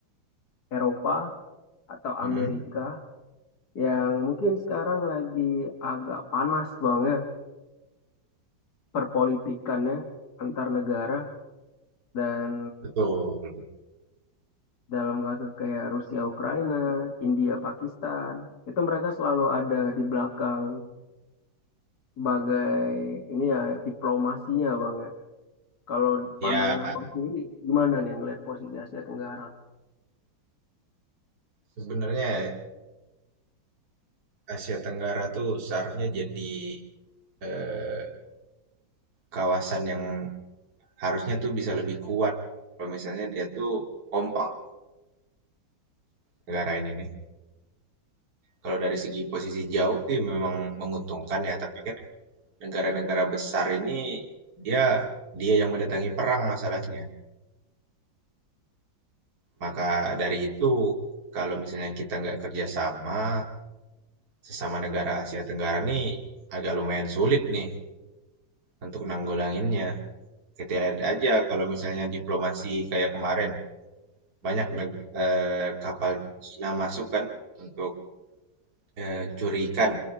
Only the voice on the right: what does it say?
Hmm,
betul.
Iya,
sebenarnya Asia Tenggara tuh seharusnya jadi eh, kawasan yang harusnya tuh bisa lebih kuat. Kalau misalnya dia tuh kompak negara ini nih. Kalau dari segi posisi jauh sih memang menguntungkan ya, tapi kan negara-negara besar ini dia dia yang mendatangi perang masalahnya. Maka dari itu, kalau misalnya kita nggak kerjasama sesama negara Asia Tenggara nih agak lumayan sulit nih untuk nanggulanginnya. Kita lihat aja kalau misalnya diplomasi kayak kemarin banyak neg- eh, kapal Cina masuk kan untuk eh, curi ikan